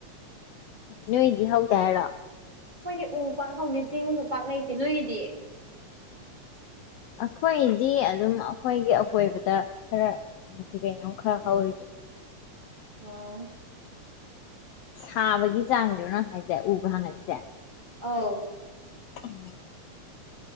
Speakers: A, on the left; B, on the right.
A: ꯅꯣꯏꯗꯤ ꯍꯧꯗꯦ ꯍꯥꯏꯔꯣ
B: ꯑꯩꯈꯣꯏꯗꯤ ꯎ ꯄꯥꯛ ꯍꯧꯗꯦ ꯆꯤꯡꯁꯨ ꯄꯥꯛ ꯂꯩꯇꯦ ꯅꯣꯏꯒꯤꯗꯤ
A: ꯑꯩꯈꯣꯏꯗꯤ ꯑꯗꯨꯝ ꯑꯩꯈꯣꯏꯒꯤ ꯑꯀꯣꯏꯕꯗ ꯈꯔ ꯀꯩ ꯀꯩꯅꯣꯝ ꯈꯔ ꯍꯧꯔꯤ
B: ꯑꯣ
A: ꯁꯥꯕꯒꯤ ꯆꯥꯡꯗꯨꯔꯣ ꯅꯪ ꯥꯏꯁꯦ ꯎꯕ ꯍꯪꯉꯛꯏꯁꯦ
B: ꯑꯥꯎ
A: <unintelligible>